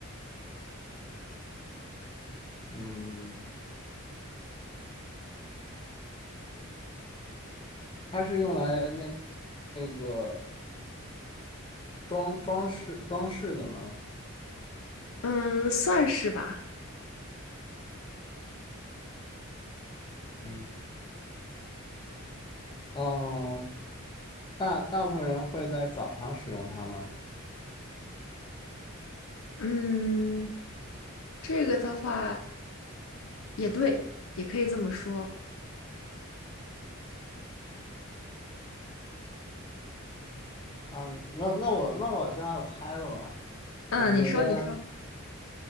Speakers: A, on the left; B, on the left.
A: 嗯，它是用来那那个装装饰装饰的吗？
B: 嗯，算是吧。
A: 嗯嗯，大大部分人会在早上使用它吗？
B: 嗯，这个的话也对，也可以这么说。
A: 啊，那那我那我就要猜了吧。
B: 嗯，
A: 我觉得
B: 你嗯说，你说，